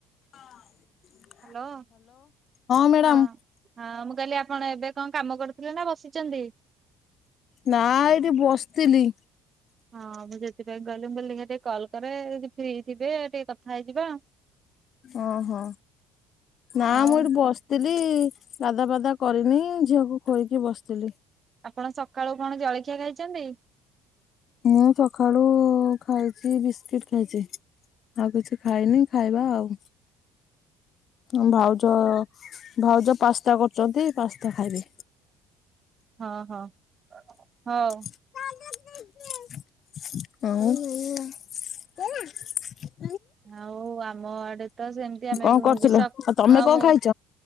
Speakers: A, on the left; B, on the right.
A: ହଁ।
B: ହ୍ୟାଲୋ ହଁ।
A: ମ୍ୟାଡାମ
B: ହଁ ମୁଁ କହିଲି ଆପଣ ଏବେ କଣ କାମ କରୁଥିଲେ ନା ବସିଛନ୍ତି?
A: ନା ଏଇଠି ବସିଥିଲି।
B: ହଁ ମୁଁ ସେଥିପାଇଁ କହିଲି ମୁଁ କହିଲି ଦେଖିଆ ଟିକେ କଲ୍ କରେ ଯଦି ଫ୍ରି ଥିବେ ଟିକେ କଥା ହେଇଯିବା।
A: ଓହୋ। ନା
B: ଆଉ
A: ମୁଁ ଏଠି ବସି ଥିଲି ଗାଧୁଆ ପାଧୁଆ କରିନି ଝିଅକୁ ଖୋଇକି ବସିଥିଲି।
B: ଆପଣ ସକାଳୁ କଣ ଜଳଖିଆ ଖାଇଛନ୍ତି?
A: ମୁଁ ସକାଳୁ ଖାଇଛି ବିସ୍କିଟ ଖାଇଛି। ଆଉ କିଛି ଖାଇନି ଖାଇବା ଆଉ। ହଁ ଭାଉଜ ଭାଉଜ ପାସ୍ତା କରୁଛନ୍ତି ପାସ୍ତା ଖାଇବେ।
B: ହଁ ହଁ ହଉ।
A: ଆଉ। <unintelligible>
B: ଆଉ ଆମ ଆଡେ ତ ସେମିତିଆ ମେଘ
A: କଣ କରୁଥିଲ
B: <unintelligible>
A: ଆଉ ତମେ କଣ ଖାଇଛ